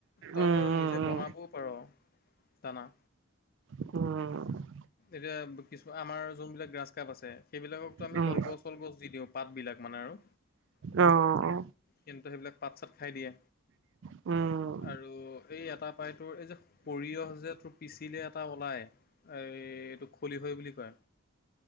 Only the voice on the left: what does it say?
তই
ধৰ
নিজে বনাবও পাৰ দানা
এতিয়া কিছু আমাৰ যোনবিলাক গ্ৰাছ কাপ আছে সেইবিলাককো আমি
কলগছ চলগছ দি দিওঁ পাত বিলাক মানে আৰু
কিন্তু সেইবিলাক পাত চাত খাই দিয়ে
আৰু এই এটা পায়টোৰ এই যে সৰিয়হ যে তোৰ পিচিলে এটা ওলায় এই এইটো খলি হয় বুলি কয়